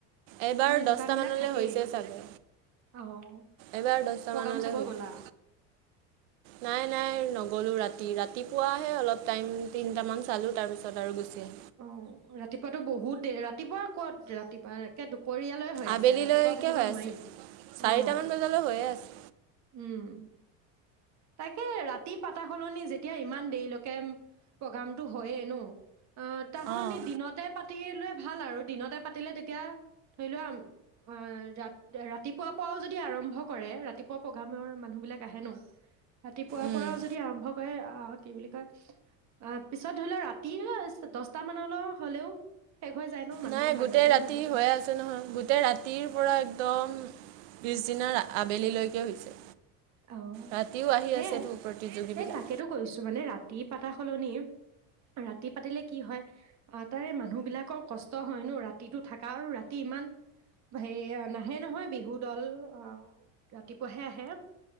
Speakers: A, on the right; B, on the right.
A: এইবাৰ
B: মানে
A: দহটা
B: দোকান বিলাক
A: মানলৈ
B: থাকেই
A: হৈছে চাগে।
B: অ',
A: এইবাৰ দহটা
B: প্ৰগ্ৰাম
A: মানলৈ
B: চাব
A: হৈছে।
B: গ'লা
A: নাই, নাই, নগ'লোঁ ৰাতি। ৰাতিপুৱাহে অলপ টাইম, তিনিটামান চালোঁ। তাৰ পিছত আৰু গুচি আহি।
B: অ', ৰাতিপুৱাতো বহুত দেৰি। ৰাতিপুৱা ক'ত? ৰাতিপুৱা একে দুপ পৰিয়ালে হৈ
A: আবেলিলৈকে
B: আছে, আৰু ৰাতিপুৱা বুলিব
A: হৈ
B: নোৱাৰি।
A: আছে চাৰিটামান
B: অ',
A: বজালৈ হৈয়ে আছে
B: উম। তাকে, ৰাতি পাতা সলনি। যেতিয়া ইমান দেৰিলৈকে প্ৰগ্ৰামতো হয়য়েই ন অ', তাহ'লনি
A: অঁ
B: দিনতে পাতি লৈ ভাল, আৰু দিনতে পাতিলে, তেতিয়া ধৰি লোৱা, আ, ৰা, ৰাতিপুৱাৰ পৰাও যদি আৰম্ভ কৰে। ৰাতিপুৱা প্ৰগ্ৰামৰ মানুহবিলাক আহে ন। ৰাতিপুৱাৰ
A: উম
B: পৰাও যদি আৰম্ভ কৰে, আ, কি বুলি কয়, আ, পিছত ধৰি লোৱা, ৰাতি দহটা মানলৈ হ'লেও শেষ হৈ যায় ন মানুহৰ
A: নাই,
B: ভাগৰ
A: গোটেই
B: বিলাক
A: ৰাতি
B: নালাগে
A: হৈয়েই
B: আৰু
A: আছে নহয়। গোটেই ৰাতিৰ পৰা, একদম পিছদিনা আবেলিলৈকে হৈছে।
B: অ'
A: ৰাতিও আহি
B: সেয়াই
A: আছেতো প্ৰতিযোগীবিলাক
B: সেই তাকেতো কৈছো মানে ৰাতি পাতা সলনি, ৰাতি পাতিলে কি হয় তাৰে মানুহ বিলাকৰ কষ্ট হয় নো ৰাতিটো থাক কাৰো ৰাতি ইমান হেয়া ন হে নহয়, বিহু দল অ'ৰাতিপুৱাহে আহে।